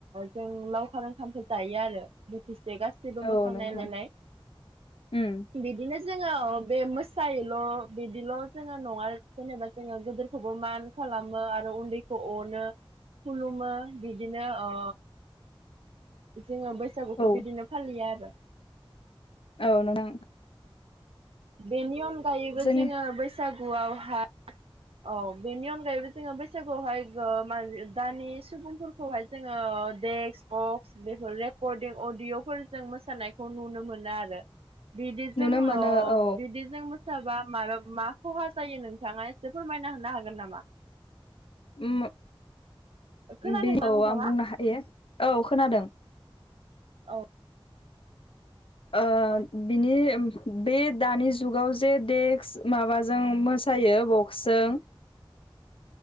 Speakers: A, on the right (about 85°); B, on the left (about 70°).
A: जों लावखार ओंखामखो जायो आरो बोथिसे गास गासिबो
B: औ
A: मोखां
B: औ नोंथां
A: नायलायलाय।
B: उम
A: बिदिनो जोङो ओ बे मोसायोल' बिदिल' जोङो नङा जेनेबा। जोङो गोदोरखौबो मान खालामो आरो उनदै अनो खुलुमो बिदिनो अ जोङो बैसागुखौ
B: औ
A: बिदिनो फालियो आरो।
B: औ नोंथां।
A: बेनि अनगायैबो
B: जोंनि
A: जोङो बैसागुयावहाय औ बेनि अनगायैबो जोङो बैसागुयावहाय गो मा दानि सुबुंफोरखौहाय जोङो देक्स बक्स बेफोर रेकर्डिं अदिअ'फोरजों मोसानायखौ नुनो मोनो आरो। बिदिजों
B: नुनो मोनो
A: ओ
B: औ
A: बिदिजों मोसाबा माबा मा खहा जायो नोंथाङा? एसे फोरमायना होनो हागोन नामा?
B: उम।
A: खोनादोंना
B: बे औ
A: नोंथाङा
B: आं बुंनो हायो औ खोनादों।
A: औ
B: ओ
A: औ
B: बिनि उम। बे दानि जुगाव जे देक्स माबाजों मोसायो बक्सजों।